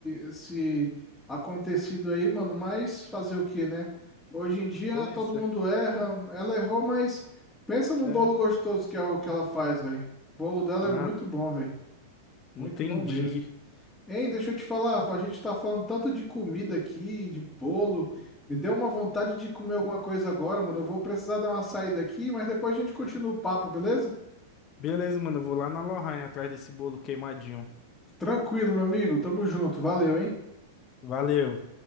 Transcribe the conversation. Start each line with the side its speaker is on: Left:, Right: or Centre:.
Centre: esse acontecido aí, mano, mas fazer o que, né? Hoje em dia
Left: Pois
Centre: todo mundo
Left: é.
Centre: erra, ela errou, mas pensa num
Left: É.
Centre: bolo gostoso que é o que ela faz, velho. O bolo dela
Left: Ah,
Centre: é muito bom, velho.
Left: entendi.
Centre: Muito bom mesmo. Hein, deixa eu te falar, a gente tá falando tanto de comida aqui, de bolo. Me deu uma vontade de comer alguma coisa agora, mano. Eu vou precisar dar uma saída aqui, mas depois a gente continua o papo, beleza?
Left: Beleza, mano. Eu vou lá na Lorraine atrás desse bolo queimadinho.
Centre: Tranquilo, meu amigo. Tamo junto. Valeu, hein?
Left: Valeu.